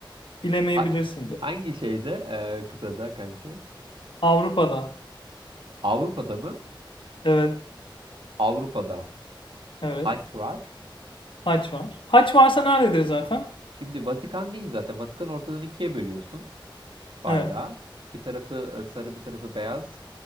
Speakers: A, on the left; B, on the right.
A: bilemeyebilirsin
B: Ha-
A: de
B: hangi şeyde e, kıtada kanki?
A: Avrupa'da
B: Avrupa'da mı?
A: evet
B: Avrupa'da
A: evet
B: haç var.
A: haç var haç varsa nerededir zaten
B: Şimdi Vatikan değil zaten. Vatikan ortadan ikiye bölüyorsun. bayrağı.
A: evet
B: Bir tarafı e, sarı, bir tarafı beyaz.